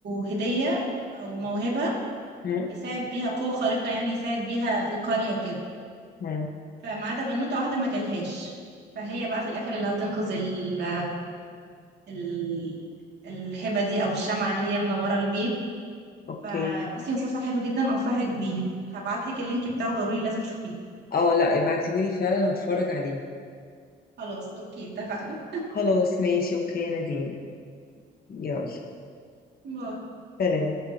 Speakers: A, on the right; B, on the left.
A: هدية او موهبة
B: امم
A: يساعد بيها قوة خارقة يعني يساعد بيها القرية وكده
B: أمم.
A: فما عدا بنوتة واحدة ما جالهاش فهي بقى في الاخر اللي هتنقذ ال... ال... الهبة دي او الشمعة اللي هي منورة البيت
B: اوكي
A: فبصي مسلسل حلو جدا انصحك بيه هبعتلك اللينك بتاعه ضروري لازم تشوفيه
B: اه لا ابعتيهولي فعلا اتفرج عليه
A: خلاص اوكي اتفقنا
B: خلاص ماشي اوكي يا نادين يلا
A: باي
B: سلام